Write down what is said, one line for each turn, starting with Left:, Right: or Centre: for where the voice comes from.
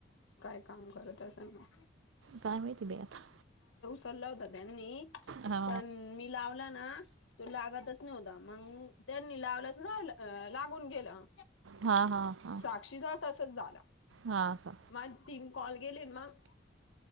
Left: काय काम करत असं म
Right: काय माहिती बाई आता.
Left: उचला होता त्यांनी
Right: हां
Left: पण मी लावला ना तो लागतच नव्हता मंग त्यांनी लावलाच लाग अ लागून गेलं.
Right: हां हां हां
Left: साक्षीचा तसच झाला.
Right: हां का
Left: माझ तीन कॉल गेले मग